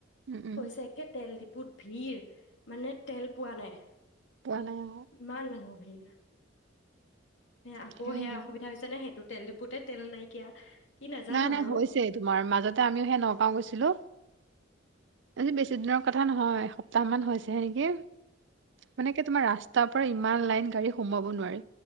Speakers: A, on the right; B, on the left.
A: উম, উম,
B: কৈছে একে তেল দি বুত ভিৰ মানে তেল পোৱা নাই।
A: পোৱা নাই।
B: ইমান মানুহ ভিৰ নে আকৌ
A: সেইয়াই
B: সেয়া
A: আৰু
B: অসুবিধা হৈছে নে সেইটোত তেল ডিপুতে তেল নাইকিয়া। কি নাজানো
A: নাই নাই
B: আৰু
A: হৈছে তোমাৰ মাজত আমিও সে নগাঁও গৈছিলো আজি বেছি দিনৰ কথা নহয় সপ্তাহ মান হৈছেহে নেকি মানে কি তোমাৰ ৰাস্তা পৰা ইমান লাইন গাড়ী সোমাব নোৱাৰি।